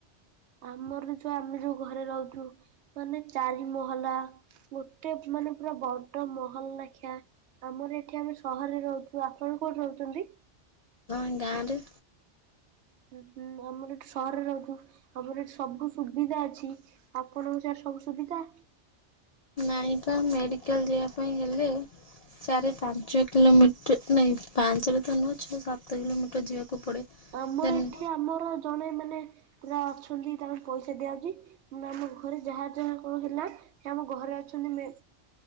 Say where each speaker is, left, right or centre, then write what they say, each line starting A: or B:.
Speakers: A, on the right (about 70°); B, on the left (about 60°).
A: ଆମର ଯୋଉ ଆମେ ଯୋଉ ଘରେ ରହୁଛୁ ମାନେ ଚାରି ମହଲା ଗୋଟେ ମାନେ ପୁରା ବଡ ମହଲ ଲେଖିଆ ଆମର ଏଠି ଆମେ ସହରରେ ରହୁଛୁ ଆପଣ କୋଉଠି ରହୁଛନ୍ତି?
B: ଗାଁ ରେ
A: ହଁ ଆମର ଏଠି ସହରରେ ରହୁ ଆମର ଏଠି ସବୁ ସୁବିଧା ଅଛି ଆପଣଙ୍କ ସିଆଡେ ସବୁ ସୁବିଧା?
B: ମେଡିକାଲ ମେଡିକାଲ ଯିବା ପାଇଁ ହେଲେ - ଚାରି ପାଞ୍ଚ କିଲୋମିଟର ନାଇଁ ପାଞ୍ଚରେ ତ ନୁହଁ ଛଅ ସାତ କିଲୋମିଟର ଯିବାକୁ ପଡ଼େ
A: ଆମର
B: ଦେନ୍
A: ଏଠି ଆମର ଜଣେ ମାନେ ପୁରା ଅଛନ୍ତି ତାଙ୍କୁ ପଇସା ଦିଆଯାଉଛି ଆମ ଘରେ ଯାହା ଯାହା କଣ ହେଲା ସେ ଆମ ଘରେ ଅଛନ୍ତି